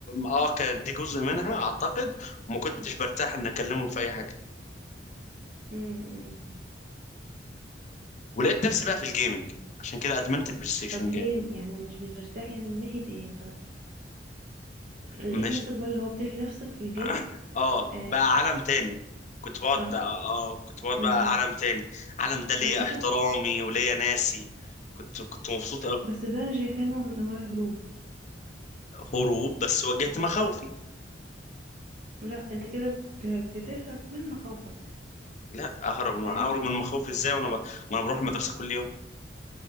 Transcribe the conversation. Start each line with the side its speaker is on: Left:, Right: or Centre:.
Left: اه آه، كان دي جزء منها اعتقد وما كنتش برتاح ان اكلمهم في اي حاجه
Right: امم
Left: ولقيت نفسي بقى في الجيمنج عشان كده ادمنت البلاي ستيشن
Right: طب
Left: جيم
Right: ليه يعني مش بترتاح يعني من ناحية ايه مثلا لقيت
Left: مش
Right: نفسك بقى اللي هو بتلهي نفسك في الجيم
Left: <coughs> اه
Right: آه
Left: بقى عالم تاني كنت بقعد
Right: ف م-
Left: اه آه، كنت بقعد
Right: م.
Left: بقى عالم تاني عالم ده ليا
Right: بس ده
Left: احترامي وليا ناسي كنت كنت مبسوط أوي.
Right: بس ده انا شايفاه نوع من انواع الهروب
Left: هروب بس واجهت مخاوفي
Right: لا انت كده بت- بتهرب من مخاوفك
Left: لا اهرب اهرب
Right: فاهم
Left: من مخاوفي ازاي وانا ب... وانا بروح المدرسه كل يوم